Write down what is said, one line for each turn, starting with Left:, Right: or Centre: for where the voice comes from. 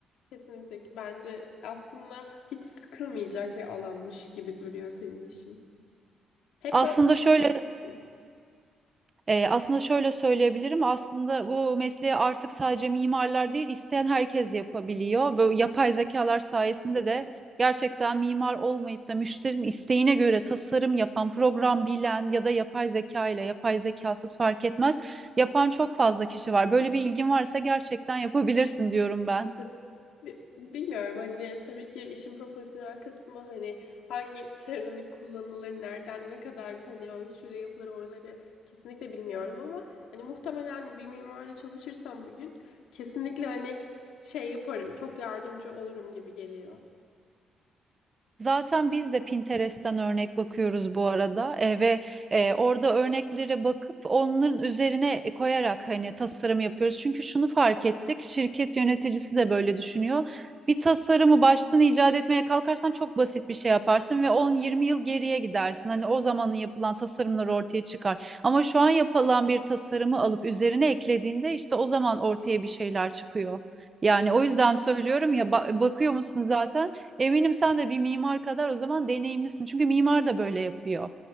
Left: Kesinlikle ki bence aslında hiç sıkılmayacak bir alanmış gibi duruyor senin işin. Hep
Right: Aslında
Left: böyle üretebilirsin.
Right: şöyle e, aslında şöyle söyleyebilirim. Aslında bu mesleği artık sadece mimarlar değil, isteyen herkes yapabiliyor. Bu yapay zekalar sayesinde
Left: Evet.
Right: de gerçekten mimar olmayıp da müşterinin isteğine göre tasarım yapan, program bilen ya da yapay zeka ile yapay zekasız fark etmez yapan çok fazla kişi var. Böyle bir ilgin varsa gerçekten yapabilirsin diyorum ben.
Left: <laughs> Bi- Bilmiyorum hani ve tabii ki işin profesyonel kısmı hani hangi seramik kullanılır, nereden ne kadar hani ölçüyle yapılır oraları kesinlikle bilmiyorum ama hani muhtemelen bir mimarla çalışırsam bir gün kesinlikle hani şey yaparım, çok yardımcı olurum gibi geliyor.
Right: Zaten biz de Pinterest'ten örnek bakıyoruz bu arada E, ve e, orada örneklere bakıp onların üzerine koyarak hani tasarım yapıyoruz. Çünkü şunu fark ettik, şirket yöneticisi de böyle düşünüyor. Bir tasarımı baştan icat etmeye kalkarsan çok basit bir şey yaparsın ve 10-20 yıl geriye gidersin. Hani o zamanın yapılan tasarımlar ortaya çıkar. Ama şu an yapılan bir tasarımı alıp üzerine eklediğinde işte o zaman ortaya bir şeyler çıkıyor. Yani o yüzden söylüyorum ya ba- bakıyor musun zaten? Eminim sen de bir mimar kadar o zaman deneyimlisin. Çünkü mimar da böyle yapıyor.